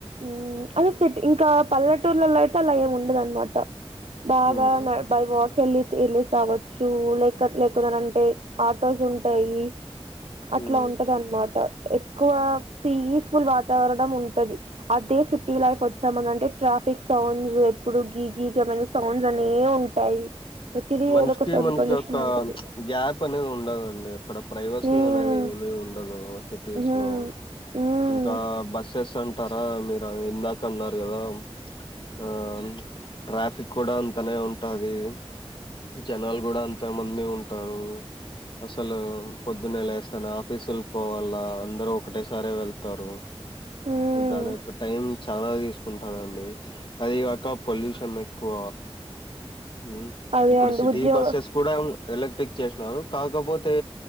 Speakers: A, on the right; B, on the left.
A: ఉమ్ అదే సెట్ ఇంకా పల్లెటూర్లలో అయితే అలా ఏమి ఉండదు అనమాట బాగా
B: హ్మ్
A: నా బై వాక్ వెళ్ళి వేళ్లిసి రావచ్చు లేక లేకున్నాంటే ఆటోస్ ఉంటాయి.
B: హ్మ్
A: అట్లా ఉంటది అన్నమాట. ఎక్కువ పీ ఫుల్ వాతావరణం ఉంటది. అదే సిటీ లైఫ్ వచ్చామని అంటే ట్రాఫిక్ సౌండ్స్ ఎప్పుడు గీ గీగమైన సౌండ్స్ అనే ఉంటాయి. ప్రతిదీ
B: మనిషకి
A: ఏదో ఒక సౌండ్
B: మనిషి
A: పొల్యూషన్
B: యొక్క
A: ఉంటది.
B: గ్యాప్ అనేది ఉండదండి అక్కడ ప్రైవసీ
A: హ్మ్.
B: అనేది ఏమి ఉండదు సిటీస్
A: హ్మ్.
B: లో
A: హ్మ్.
B: కా బస్సెస్ అంటారా మీరు ఇందాక అన్నారు కదా ఆ ట్రాఫిక్ కూడా అంతనే ఉంటది. జనాలు కూడా అంత మంది ఉంటారు. అసలు పొద్దున్నే లేస్తానే ఆఫీసుకి పోవల్ల అందరు ఒకటే సారి వెళ్తారు.
A: హ్మ్.
B: దాని యొక్క టైం చాలా తీసుకుంటానండి అది కాక పొల్యూషన్ ఎక్కువ ఉం
A: అదే
B: ఇప్పుడు
A: అండి
B: సిటీ
A: ఉద్యోగ
B: బస్సెస్ కూడా ఎలక్ట్రిక్ చేసినారు కాకపోతే